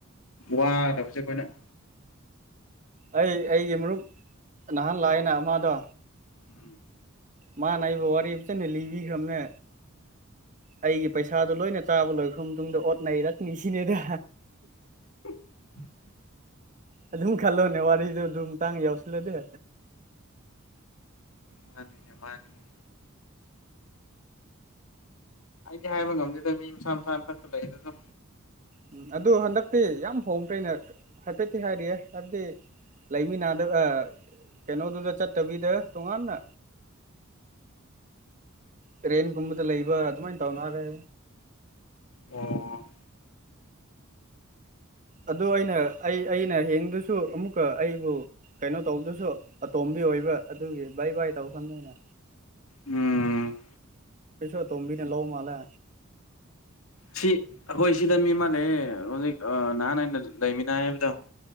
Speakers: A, on the left; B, on the right.
A: ꯋꯥꯗꯕꯖꯦ ꯑꯈꯣꯏꯅ
B: ꯑꯩ ꯑꯩꯒꯤ ꯃꯔꯨꯞ ꯅꯍꯥꯟ ꯂꯥꯛꯑꯦꯅ ꯑꯃꯥꯗꯣ
A: ꯎꯝ
B: ꯃꯥꯅ ꯑꯩꯕꯨ ꯋꯥꯔꯤ ꯐꯖꯅ ꯂꯤꯕꯤꯈ꯭ꯔꯕꯅꯦ ꯑꯩꯒꯤ ꯄꯩꯁꯥꯗꯣ ꯂꯣꯏꯅ ꯆꯥꯕ ꯂꯣꯏꯈ꯭ꯔ ꯃꯇꯨꯡꯗ ꯑꯣꯠ ꯅꯩꯔꯛꯅꯤ ꯁꯤꯅꯦꯗ
A: <unintelligible>
B: ꯑꯗꯨꯝ ꯈꯜꯂꯣꯅꯦ ꯋꯥꯔꯤꯗꯣ ꯑꯗꯨꯝ ꯇꯥꯡ ꯌꯥꯎꯁꯤꯜꯂꯗꯤ
A: ꯃꯥꯟꯅꯤꯅꯦ ꯃꯥꯟꯅꯤꯅꯦ ꯑꯩꯗꯤ ꯍꯥꯏꯕ ꯉꯝꯗꯦꯗ ꯃꯤ ꯃꯁꯥ ꯃꯁꯥ ꯑꯃꯊꯛꯇ ꯂꯩ ꯑꯗꯨꯗꯣ
B: ꯎꯝ ꯑꯗꯨ ꯍꯟꯗꯛꯇꯤ ꯌꯥꯝ ꯍꯣꯡꯈꯔꯦꯅꯦ ꯍꯥꯏꯐꯦꯠꯇꯤ ꯍꯥꯏꯔꯤꯌꯦ ꯍꯥꯏꯕꯗꯤ ꯂꯩꯃꯤꯟꯅ ꯑꯗꯨꯒ ꯀꯩꯅꯣꯗꯨꯗ ꯆꯠꯇꯕꯤꯗ ꯇꯣꯉꯥꯟꯅ ꯇ꯭ꯔꯦꯟꯒꯨꯝꯕꯗ ꯂꯩꯕ ꯑꯗꯨꯃꯥꯏꯅ ꯇꯧꯒ꯭ꯔꯦ
A: ꯑꯣ
B: ꯑꯗꯨ ꯑꯩꯅ ꯑꯩ ꯑꯩꯅ ꯍꯦꯟꯗꯁꯨ ꯑꯃꯨꯛꯀ ꯑꯩꯕꯨ ꯀꯩꯅꯣ ꯇꯧꯕꯗꯨꯁꯨ ꯑꯇꯣꯝꯕꯤ ꯑꯣꯏ ꯑꯣꯏꯕ ꯑꯗꯨꯒꯤ ꯕꯥꯏ ꯕꯥꯏ ꯇꯧ ꯈ꯭ꯔꯕꯅꯦ ꯑꯩꯅ
A: ꯎꯝ
B: ꯄꯩꯁꯥ ꯑꯇꯣꯝꯕꯤꯅ ꯂꯧꯕ ꯃꯥꯂꯦ
A: ꯁꯤ ꯑꯩꯈꯣꯏ ꯁꯤꯗ ꯃꯤ ꯑꯃ ꯂꯩꯌꯦ ꯍꯧꯖꯤꯛ ꯅꯍꯥꯟ ꯑꯩꯅ ꯂꯩꯃꯤꯟꯅꯩ ꯍꯥꯏꯕꯗꯣ